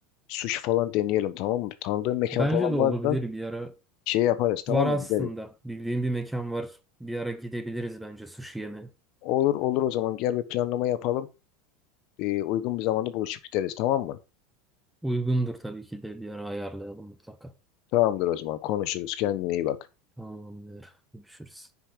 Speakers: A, on the left; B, in the centre.
A: Sushi falan deneyelim tamam mı? Tanıdığın mekan
B: Bence
A: falan
B: de olabilir
A: varsa
B: bir ara.
A: şey yaparız tamam
B: Var aslında.
A: mı? Gideriz.
B: Bildiğim bir mekan var. Bir ara gidebiliriz bence sushi yeme.
A: Olur olur o zaman gel bir planlama yapalım. Ee, uygun bir zamanda buluşup gideriz tamam mı?
B: Uygundur tabii ki de bir ara ayarlayalım mutlaka.
A: Tamamdır o zaman konuşuruz. Kendine iyi bak.
B: Tamamdır. Görüşürüz.